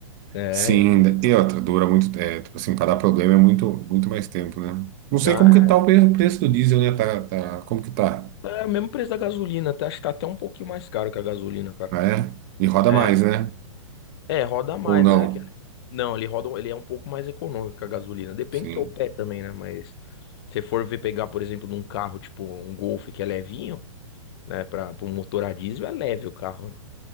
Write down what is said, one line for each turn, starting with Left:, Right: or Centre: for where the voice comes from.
Left: É,
Right: Sim,
Left: ia ser legal.
Right: e outra, dura muito. É, tipo assim, pra dar problema é muito, muito mais tempo, né? Não sei
Left: Ah,
Right: como que tá o pre- preço do diesel, né? Tá, tá, como que tá?
Left: é, é o mesmo preço da gasolina, até, acho que tá até um pouquinho mais caro que a gasolina, cara.
Right: Ah, é? E roda
Left: É,
Right: mais,
Left: sim.
Right: né?
Left: É, roda mais,
Right: Ou não?
Left: mas é que. Não, ele roda, ele é um pouco mais econômico que a gasolina. Depende
Right: Sim,
Left: do teu pé também, né? Mas se você for ver pegar, por exemplo, num carro, tipo um Golf que é levinho, né? Pra, pra um motor a diesel, é leve o carro, né?